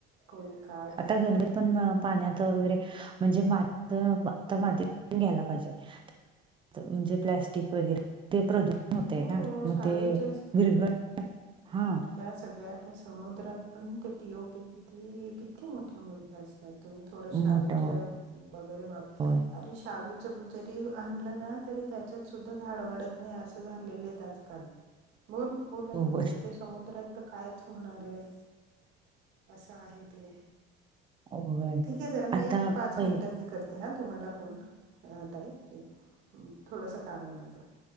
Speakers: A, on the right; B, on the right.
A: कोणी का
B: आता गणबत्याना पण पाण्यात वगैरे. म्हणजे मातता, माती घ्यायला पाहिजे म्हणजे प्लस्टिक वगैरे. ते प्रदूषण होते
A: हो
B: ना, मग
A: शाडूचेच
B: ते विरघळ हा.
A: त्या सगळ्या त्या समुद्रात पण ते पि, ओ, पी किती, किती मोठ्या मुर्त्या असतात. तुम्ही थोड शाडूच्या
B: मोठा
A: वगैरे वाप
B: होय
A: अरे शाडूचं जरी आणलं ना, तरी त्याच्यात सुद्धा झाड वाढत नाही अस झालेलं आहे आजकाल बोल, बोला
B: होय
A: तुम्ही मग ते समुद्रात तर कायच होणार आहे, असं आहे ते.
B: होय.
A: ठीक आहे जरा मी,
B: आता
A: एक पाच
B: पहि
A: मिनिटनी करते ते हां तुम्हाला फोन ताई, एक थोडंसं काम आहे माझं.